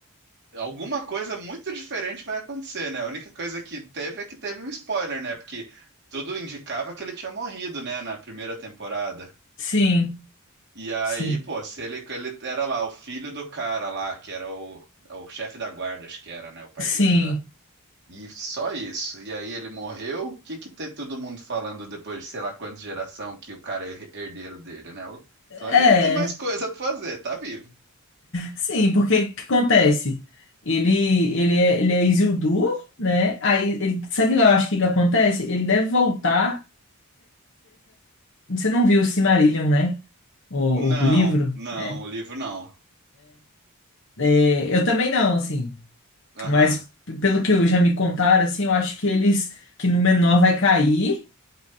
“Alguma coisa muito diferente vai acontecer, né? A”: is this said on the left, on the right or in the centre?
Right